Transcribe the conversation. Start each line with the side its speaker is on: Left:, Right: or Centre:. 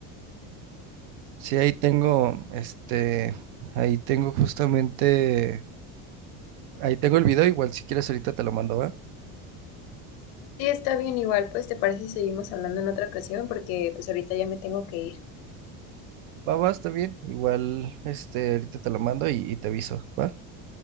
Right: sí, ahí tengo, este, ahí tengo justamente, ahí tengo el video, igual si quieres ahorita te lo mando, ¿va?
Left: Sí, está bien igual, pues ¿te parece si seguimos hablando en otra ocasión? Porque pues ahorita ya me tengo que ir.
Right: Va, va, está bien. Igual, este, ahorita te lo mando y, y te aviso, ¿va?